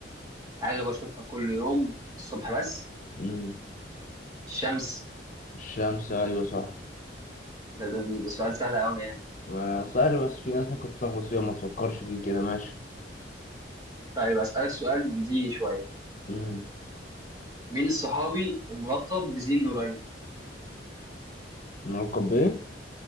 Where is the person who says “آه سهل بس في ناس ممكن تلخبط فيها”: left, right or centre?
Left